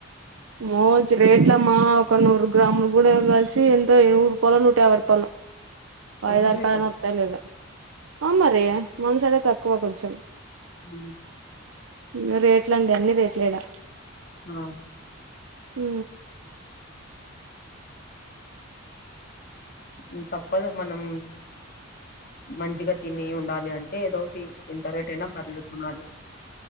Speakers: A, on the right; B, on the left.
A: మోజు రేట్ల అమ్మా ఒక నూరు గ్రాములు కూడా కలిసి ఎంతో ఎవురు రూపాలో నూట యాభై రూపాలో వయిదారు
B: అంత రేటా
A: కాయి వస్తాయో లేదో అమరి మనసుడే తక్కువ కొంచెం
B: ఉ
A: ఇంగా రేట్లండి అన్ని రేట్లే ఈడ
B: అ
A: ఉ
B: ఉ తప్పదు మనం మంచిగా తిని ఉండాలి అంటే ఏదోటి ఎంత రేట్ అయినా పర్లేదు కొనాలి